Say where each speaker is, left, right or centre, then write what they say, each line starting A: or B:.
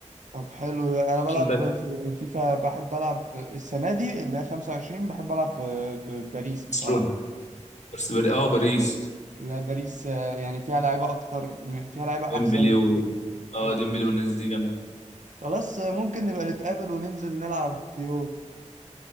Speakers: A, on the right (about 80°); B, on the left (about 65°).
A: طب حلو انا بلعب
B: عندك
A: في فيفا بحب العب السنه دي اللي هي 25 بحب العب ب- ب- باريس
B: برشلونه
A: بصراحه
B: بس بر... اه باريس
A: لا باريس آه، يعني فيها لعيبه اكتر م- فيها لعيبه احسن
B: ديمبلي و
A: كتير
B: اه
A: آه،
B: ديمبلي والناس دي جامده
A: خلاص آه، ممكن نبقى نتقابل وننزل نلعب في يوم